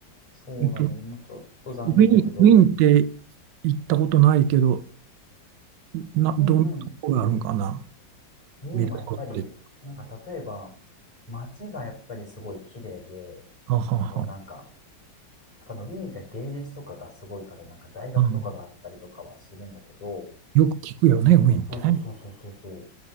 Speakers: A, on the left; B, on the right.
A: そうなので、
B: えっと、
A: もうちょっと残念だけど、
B: ウィーン、ウィーンって行ったことないけど、な、
A: うんうん。
B: どんなとこがあるんかな
A: ウィーンはやっぱり、
B: 見るとこって。
A: なんか例えば、街がやっぱりすごい綺麗で、
B: あはは、
A: あとはなんか、やっぱのウィーンって芸術とかがすごいから、なんか大学とかがあったりとかはするんだけど、
B: うんよく聞くよね、ウィーンってね。
A: そうそうそうそうそうそ